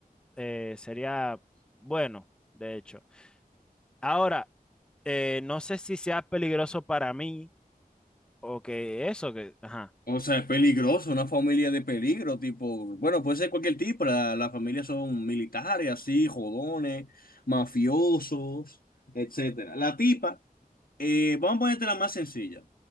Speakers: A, in the centre; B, on the left (about 70°).
A: eh, sería bueno, de hecho. Ahora, eh, no sé si sea peligroso para mí o que eso, que... Ajá.
B: O sea, es peligroso, una familia de peligro, tipo, bueno, puede ser cualquier tipo, la- las familias son militares, así, jodones, mafiosos, etcétera. La tipa, eh, vamos a ponerte la más sencilla.